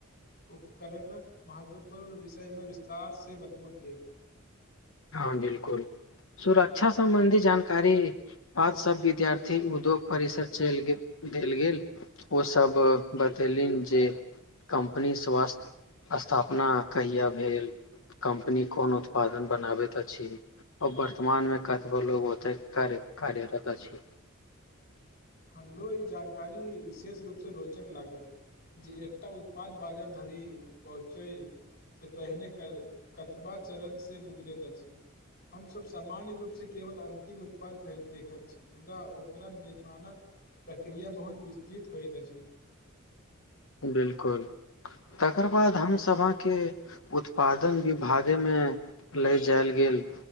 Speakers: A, on the left (about 50°); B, on the left (about 70°).
A: उपकरणक महत्वपूर्ण विषय मे विस्तार से बतबोल गेल।
B: हँ बिलकुल सुरक्षा सम्बन्धी जानकारी प सब विद्यार्थी उद्योग परिसर चलि गेल देल गेल ओसभ बतेलनि जे कम्पनी स्वास्थ्य स्थापना कहिया भेल कम्पनी कोन उत्पादन बनाबैत अछि आर वर्तमान मे कतबो लोग ओते कार्यरत अछि।
A: हमरो ई जानकारी विशेष रूपसँ रोचक लागल जे एकटा उत्पाद बाजार धरि पहुँचयसँ पहिने कतबा चरणसँ गुजरैत अछि हमसभ सामान्य रूपसँ केवल अन्तिम उत्पाद देखैत छी मुदा ओकरा निर्माणक प्रक्रिया बहुत विस्तृत होइत अछि।
B: बिलकुल तकर बाद हमसभ अहके उत्पादन विभागेमे ले जायल गेल